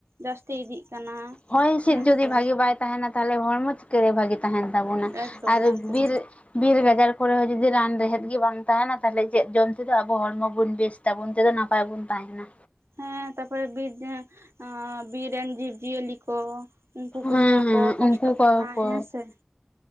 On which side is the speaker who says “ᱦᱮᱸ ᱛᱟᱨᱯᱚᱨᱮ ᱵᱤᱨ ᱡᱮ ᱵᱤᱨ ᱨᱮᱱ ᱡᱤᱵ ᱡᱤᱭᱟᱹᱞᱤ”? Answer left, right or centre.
Right